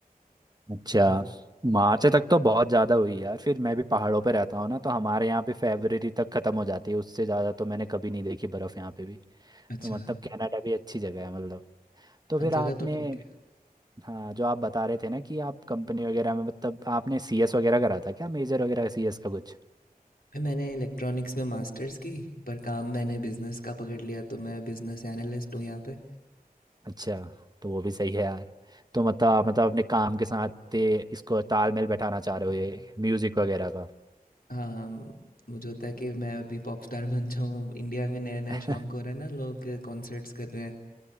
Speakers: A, on the right (about 25°); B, on the left (about 70°).
A: अच्छा
B: तो
A: मार्च तक तो बहुत ज़्यादा हुई यार फिर मैं भी पहाड़ों पे रहता हूँ ना तो हमारे यहाँ पे फरवरी तक ख़त्म हो जाती है उससे ज़्यादा तो मैंने कभी नहीं देखी बर्फ़ यहाँ पे भी
B: अच्छा
A: तो मतलब कनाडा भी अच्छी जगह है मतलब तो फिर
B: जगह
A: आपने
B: तो ठीक है
A: हाँ जो आप बता रहे थे ना कि आप कंपनी वगैरह में मतलब आपने सीएस वगैरह करा था क्या मेजर वगैरह सीएस का कुछ
B: मैंने इलेक्ट्रॉनिक्स में मास्टर्स की पर काम मैंने बिजनेस का पकड़ लिया तो मैं बिजनेस एनालिस्ट हूँ यहाँ पे
A: अच्छा तो वो भी सही है यार तो मतलब आप मतलब अपने काम के साथ ये इसको तालमेल बैठाना चाह रहे हो ये म्यूज़िक वगैरह का
B: हाँ मुझे होता है कि मैं अभी पॉप स्टार <laughs> बन जाऊँ अब इंडिया में नया नया
A: <laughs>
B: शौक हो रहा है ना लोग कॉन्सर्ट्स कर रहे हैं